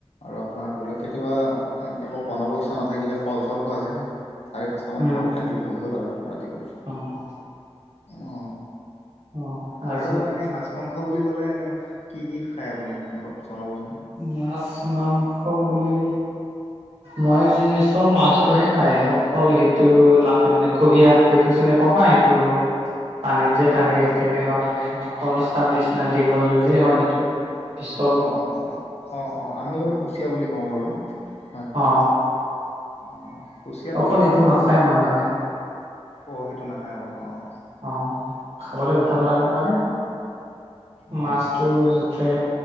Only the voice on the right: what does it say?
উম,
অ',
অ', আজি
মাছ মাংস বুলি মই চব মাছতটোহে খাই অ, অকল সেইটো নাখায় মানে কুহিয়া সেইটো চিনি পাও না সেইটো, পানীত যে থাকে
তেনেকুৱা মানে অকল চাব নিচিনা দীঘল যে হয় সেইটো। পিছল
অ অ,
অকল
সিটো
নাখায় মই মানে
অ খাবলৈ ভাল নালাগে মানে
মাছ। টো ইয়াতে